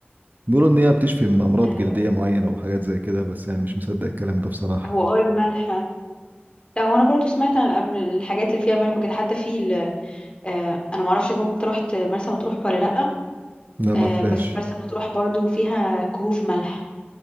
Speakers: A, on the right; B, on the left.
A: بيقولوا إن هي بتشفي من
B: طب
A: أمراض
B: ده حلو
A: جلدية معينة وحاجات زي كده بس يعني مش مصدق الكلام ده بصراحة
B: هو اول ملح لا هو انا برضو سمعت عن الأم- الحاجات اللي فيها ملح وكده حتى في ال- آه، انا ما اعرفش اذا انت رحت مرسى مطروح ولا لا
A: لا
B: آه،
A: ما رحتهاش
B: بس مرسى مطروح برضو فيها كهوف ملح